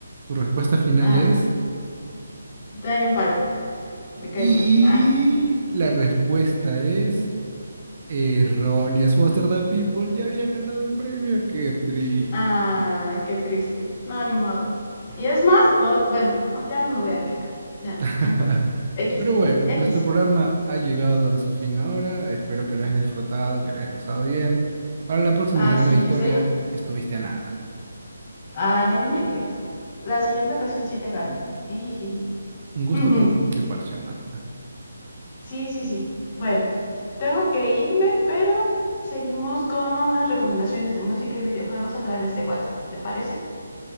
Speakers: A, on the right; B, on the left.
A: Tu respuesta final
B: Ah,
A: es...
B: Tame Impala, me cae
A: Y
B: mal. Ah.
A: la respuesta es... Errónea. Es Foster the People. Ya había ganado el premio. Qué triste.
B: Ah, qué triste. No, ni modo. Y es más, but, bueno, no, ya no me voy a quejar. Ya,
A: <laughs>
B: no importa. X,
A: Pero bueno,
B: X.
A: nuestro programa ha llegado a su fin ahora. Espero que lo hayas disfrutado, que lo hayas pasado bien. Para la próxima
B: Ay,
A: será
B: sí,
A: la victoria.
B: ya sé.
A: Estuviste a nada.
B: Ay, ya ni me digas. La siguiente ocasión sí te gano. Ijiji.
A: Un gusto
B: <laughs>
A: por participar, Samantha.
B: Sí, sí, sí. Bueno, tengo que irme, pero seguimos con las recomendaciones de música y videojuegos a través de WhatsApp. ¿Te parece?